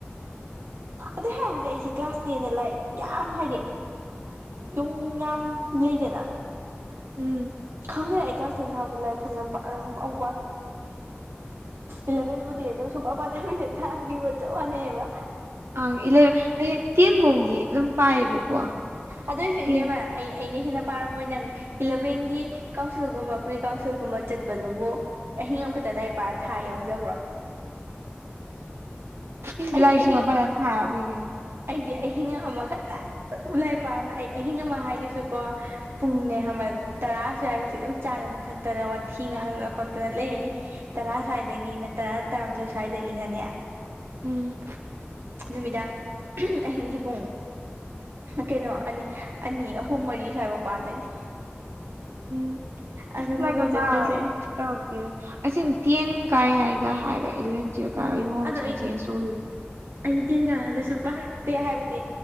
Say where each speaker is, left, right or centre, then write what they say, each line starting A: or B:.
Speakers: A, on the right; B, on the right.
A: ꯑꯗꯨꯏ ꯍꯥꯏꯔꯕꯨꯗꯤ ꯑꯩꯁꯦ ꯀ꯭ꯂꯥꯁ ꯇꯦꯟꯗ ꯂꯥꯏꯔꯤꯛ ꯌꯥꯝ ꯍꯥꯏꯗꯤ ꯌꯨꯝ ꯌꯥꯝ ꯂꯩꯗꯅ
B: ꯎꯝ
A: ꯈꯪꯗꯦꯗ ꯑꯩ ꯀ꯭ꯂꯥꯁ ꯇꯦꯟ ꯊꯥꯕꯁꯨ ꯂꯥꯏꯔꯤꯛ ꯐꯖꯅ ꯑꯝ ꯎꯝ ꯏꯂꯚꯦꯟꯕꯨꯗꯤ ꯑꯗꯨꯝ ꯁꯨꯡꯀ ꯄꯥꯊꯕꯤꯗ ꯊꯥꯈꯤꯕ ꯆꯞ ꯃꯥꯟꯅꯩꯌꯦꯕ
B: ꯑꯪ ꯇꯦꯟ ꯐꯥꯎꯗꯤ ꯑꯗꯨꯝ ꯄꯥꯏꯌꯦꯕꯀꯣ
A: ꯑꯗꯨ ꯑꯣꯏꯁꯨ
B: ꯇꯦꯟ
A: ꯏꯕꯦꯝꯃ ꯑꯩ ꯑꯩꯅ ꯍꯦꯟꯅ ꯄꯥꯔꯝꯃꯣꯏ ꯅꯪ ꯏꯂꯚꯦꯟꯒꯤ ꯀꯥꯎꯟꯁꯤꯜꯒꯨꯝꯕ ꯄ꯭ꯔꯤ ꯀꯥꯎꯟꯁꯤꯜꯒꯨꯝꯕ ꯆꯠꯄꯗꯨꯕꯨ ꯑꯍꯤꯡ ꯑꯃꯈꯛꯇ ꯂꯥꯏꯔꯤꯛ ꯄꯔ ꯊꯥ ꯌꯥꯎꯖꯕ꯭ꯔꯣ
B: <inaudible>
A: ꯑꯩꯗꯤ
B: ꯂꯥꯏꯔꯤꯛꯁꯨꯡꯄ
A: ꯑꯍꯤꯡ
B: ꯄꯗꯅ ꯊꯥ ꯌꯥꯎꯒꯤ ꯀꯩꯅꯣ
A: ꯑꯩꯗꯤ ꯑꯍꯤꯡ ꯑꯃ ꯈꯛꯇ ꯂꯥꯔꯤꯛ ꯄꯕꯗ ꯑꯩ ꯑꯍꯤꯡ ꯑꯃ ꯍꯥꯏꯗꯨꯁꯨꯀꯣ ꯄꯨꯡꯅꯦ ꯈꯪꯕꯔ ꯇꯔꯥ ꯁ꯭ꯋꯥꯏꯐꯎꯁ ꯑꯗꯨꯝ ꯆꯗꯅ ꯊꯛꯇꯅ ꯋꯊꯤ ꯉꯥꯡꯗꯅ ꯈꯣꯠꯇꯅ ꯂꯩꯔꯅꯤ ꯇꯔꯥ ꯁ꯭ꯋꯥꯏꯗꯒꯤꯅ ꯇꯔꯥ ꯇꯔꯥꯃꯊꯣꯏ ꯁ꯭ꯋꯥꯏꯗꯒꯤꯅꯅꯦ
B: ꯎꯝ
A: ꯅꯨꯃꯤꯗꯥꯡ <unintelligible> ꯑꯍꯤꯡꯒꯤ ꯄꯨꯡ ꯀꯩꯅꯣ ꯑꯅꯤ ꯑꯅꯤ ꯑꯍꯨꯝ ꯃꯔꯤ ꯁ꯭ꯋꯥꯏꯐꯥꯎ ꯄꯗꯣꯏꯅꯤ
B: ꯎꯝ
A: ꯑꯗꯨꯒꯅꯦ
B: ꯂꯥꯏꯔꯤꯛꯀ
A: ꯆꯠꯇꯣꯏꯁꯦ
B: ꯄꯔꯔꯣꯏ <unintelligible> ꯇꯧꯔꯛꯇꯦ ꯑꯁꯤ ꯇꯦꯟ ꯀꯥꯏꯉꯩꯒꯥ ꯍꯥꯏꯔꯒ ꯏꯂꯚꯦꯟ ꯇꯨꯌꯦꯂꯞ ꯀꯥ ꯌꯣꯝ ꯌꯝ
A: ꯑꯗꯣ
B: ꯊꯤꯅ
A: ꯑꯩ
B: ꯆꯦꯟ ꯇꯧꯔꯤꯕꯅꯤ
A: ꯑꯩ ꯇꯦꯟ ꯀꯔꯀꯥꯟꯗꯁꯨ ꯄꯔꯛꯇꯦ ꯍꯥꯏꯕꯅꯦ